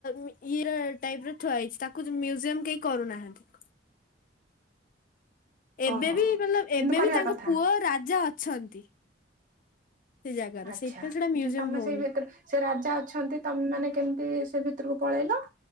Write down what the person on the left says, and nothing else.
ଇଏ ର ଟାଇପରେ ଥୁଆ ହେଇଛି ତାକୁ ମ୍ୟୁଜିୟମ କେହି କରୁନାହାନ୍ତି। ଏବେ
ବି ମତଲଵ୍ ଏବେ
ବି ତାଙ୍କ
ପୁଅ ରାଜା ଅଛନ୍ତି। ସେ ଜାଗାର
ସେଇଥିପାଇଁ ସେଇଟା ମ୍ୟୁଜିୟମ
ହଉନି।